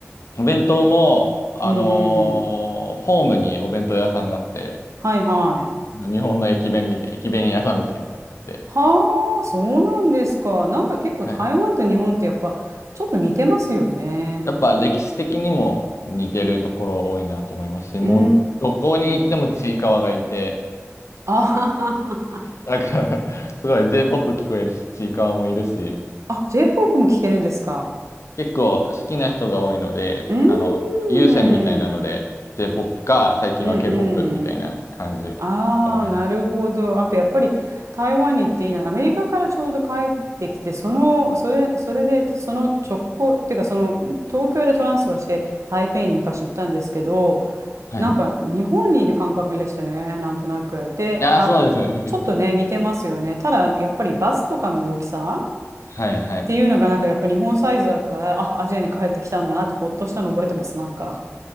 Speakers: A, on the left; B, on the right.
A: お弁当も、あのー
B: うんうん。
A: ホームにお弁当屋さんがあって、
B: はいはい。
A: 日本の駅弁みたい、駅弁屋さんみたいなのがあって、
B: はあ、そうなんですか。なんか結構台湾と日本ってやっぱちょっと似てますよね。
A: はい。やっぱ歴史的にも似てるところ多いなと思いますし、
B: うー
A: もうどこに行ってもちいかわがいて、
B: ん。あははは。
A: だから <laughs> すごい J-POP 聞こえるし、ちいかわもいるし、
B: あ、J-POP も聴けるんですか。
A: 結構好きな人が多いので、
B: うーん。
A: あの、有線みたいなので J-POP か、最近は
B: うん
A: K-POP みたいな感じが多いですね。
B: うん。ああ、なるほど。あとやっぱり台湾に行っていいな。アメリカからちょうど帰ってきて、その、それ、それで、その直行っていうか、その東京でトランスファーして、台北に昔行ったんですけど、
A: はい。
B: なんか日本にいる感覚でしたよね、なんとなく。で、
A: ああ、
B: あ、
A: そうですよね。
B: ちょっとね、似てますよね。ただ、やっぱりバスとかの大きさ
A: <laughs> はいはい。
B: っていうのが、なんかやっぱ日本サイズだから、あ、アジアに帰ってきたんだなって、ほっとしたの覚えてます、なんか。